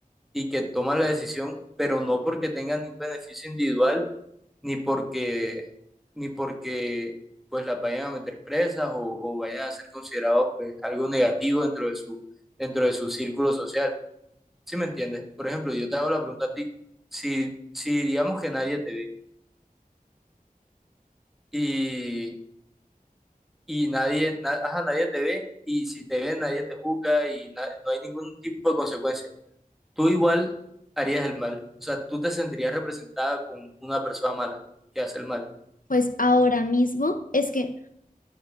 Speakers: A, in the centre; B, on the left (about 65°).
A: y que toman la decisión, pero no porque tengan ningún beneficio individual, ni porque, ni porque pues las vayan a meter presas o, o vayan a ser considerados pues algo negativo dentro de su, dentro de su círculo social. ¿Sí me entiendes? Por ejemplo, yo te hago la pregunta a ti, si, si digamos que nadie te ve y, y nadie, na- ajá, nadie te ve y si te ve nadie te juzga y na- no hay ningún tipo de consecuencia. tú igual harías el mal. O sea, tú te sentirías representada con una persona mala que hace el mal.
B: Pues ahora mismo es que,